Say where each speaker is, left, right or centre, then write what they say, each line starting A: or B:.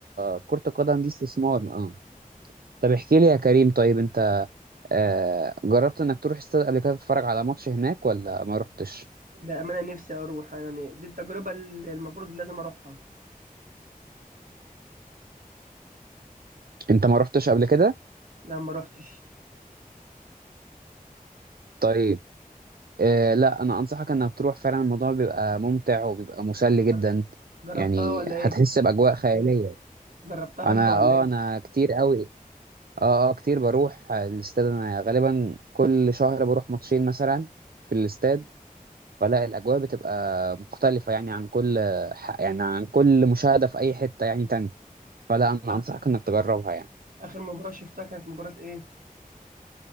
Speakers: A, on the right; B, on the right.
A: كره القدم دي استثمار اه طب احكي لي يا كريم طيب انت آه، جربت انك تروح استاد قبل كده تتفرج على ماتش هناك ولا ما رحتش
B: بامانه نفسي اروح يعني دي التجربه اللي المفروض لازم اروحها
A: انت ما رحتش قبل كده
B: لا ما روحتش
A: طيب آه، لا انا انصحك انك تروح فعلا الموضوع بيبقى ممتع وبيبقى مسلي جدا
B: جر- جربتها
A: يعني
B: ولا
A: هتحس
B: ايه
A: باجواء خياليه
B: جربتها
A: انا
B: انت ولا
A: اه
B: ايه
A: انا كتير قوي اه اه كتير بروح الاستاد انا غالبا كل شهر بروح ماتشين مثلا في الاستاد فلا الاجواء بتبقى مختلفه يعني عن كل ح- يعني عن كل مشاهده في اي حته يعني تاني فلا انا
B: آخ-
A: انصحك انك تجربها يعني
B: اخر مباراه شفتها كانت مباراه ايه